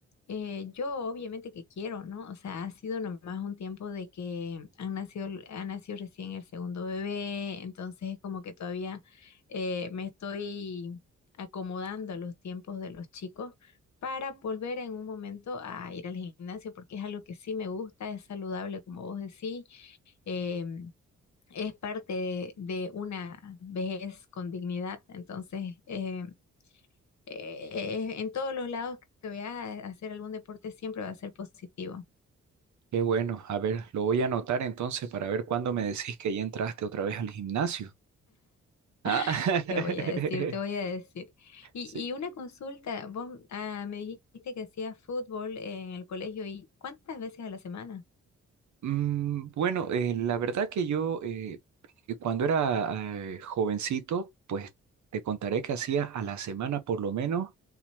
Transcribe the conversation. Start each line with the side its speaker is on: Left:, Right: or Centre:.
Left: eh, yo obviamente que quiero, ¿no? O sea, ha sido nomás un tiempo de que han nacido, ha nacido recién el segundo bebé, entonces es como que todavía eh, me estoy acomodando a los tiempos de los chicos para volver en un momento a ir al gimnasio, porque es algo que sí me gusta, es saludable, como vos decís, em, es parte de, de una vejez con dignidad, entonces eh, eh, eh, en todos los lados que veas a- a hacer algún deporte siempre va a ser positivo.
Right: Qué bueno, a ver, lo voy a anotar entonces para ver cuándo me decís que ya entraste otra vez al gimnasio. Ah,
Left: <laughs>
Right: <laughs>
Left: Te voy a decir, te voy a decir. Y,
Right: sí.
Left: y una consulta, vos ah, me dijiste que hacías fútbol en el colegio y ¿cuántas veces a la semana?
Right: Mm, bueno, eh, la verdad que yo eh, que cuando era eh, jovencito, pues te contaré que hacía a la semana por lo menos